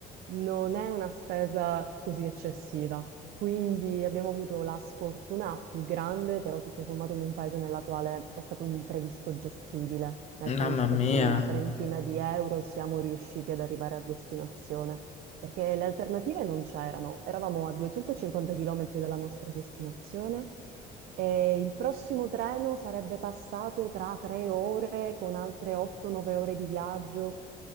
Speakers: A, on the right; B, on the left.
A: non è una spesa così eccessiva. Quindi abbiamo avuto la sfortuna più grande, però tutto sommato in un paese nella quale è stato un imprevisto gestibile,
B: <laughs>
A: nel senso
B: Mamma mia.
A: che con una trentina di euro siamo riusciti ad arrivare a destinazione, perché le alternative non c'erano. Eravamo a 250 km dalla nostra destinazione e il prossimo treno sarebbe passato tra tre ore con altre 8-9 ore di viaggio